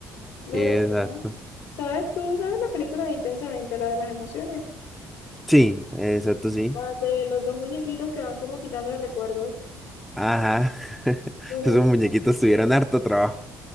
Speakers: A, on the left; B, in the centre.
A: me
B: Exacto.
A: recordó. ¿Sabes tú, sabes la película de Intensamente, la de las emociones?
B: Sí, exacto, sí.
A: La de los dos muñequitos que van como quitando recuerdos.
B: Ajá. <laughs>
A: Bueno,
B: Esos
A: no,
B: muñequitos tuvieron harto trabajo